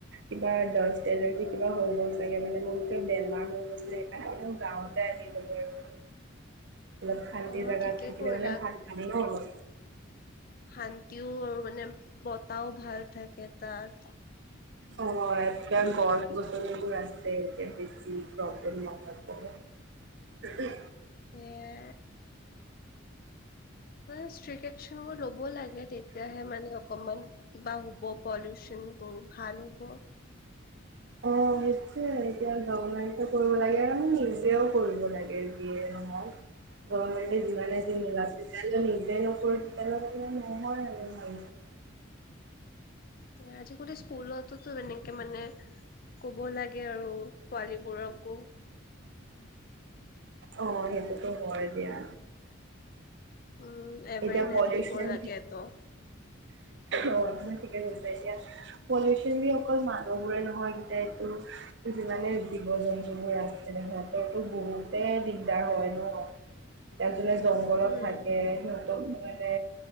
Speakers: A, on the right; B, on the left.
A: কিবা ডষ্ট এলাৰ্জি কিবা হৈ গৈছে মানে বহুতে বেমাৰ হৈ গৈছে সেইকাৰণে মানে গাঁৱত তে আহি গ'লো বাৰু, অলপ শান্তি
B: অ
A: জোগাত
B: ঠিকে
A: থাকিলে
B: কৰিলা
A: মানে ভাত লাগে ন।
B: শান্তিও আৰু মানে বতাও ভাল থাকে তাত।
A: অ একে গছ-গছনিবোৰ আছে এতিয়া বেছি প্ৰব্লেম নহব। <unintelligible>
B: সেইয়ে। মানে ষ্টিক একচন ল'ব লাগে তেতিয়াহে মানে অক কমান কিবা হ'ব, পলিউচনবোৰ ভাল হ'ব।
A: অ নিশ্চয় এতিয়া গভৰ্ণমেণ্টটো কৰিব লাগে আৰু নিজেও কৰিব লাগ তাকে যিয়ে নহওঁক, গভৰ্ণমেণ্ট যিমানে জি নোলাওক তেতিয়া লৈ নিজে নকৰো তেতিয়ালৈ মনে নহয় আৰু ভালকে।
B: তৰ আজিকোতো স্কুলটোতো এনেকে মানে ক'ব লাগে আৰু পোৱালীবোৰকো।
A: অ সেইটোতো হয় দিয়া।
B: উম, এৱাৰনেছ
A: এতিয়া পলিউচন
B: দিব লাগে ত।
A: অ তুমি ঠিকে কৈছা এতিয়া পলিউচন বুলি মানুহবোৰে নহয় তে তো যিমানে জীৱ-জন্তুবোৰ আছে সিহঁতৰটো বহুতে দিগদাৰ হয় ন। এ যোনে জংঘলত
B: উম
A: থাকে সিহঁতক মানে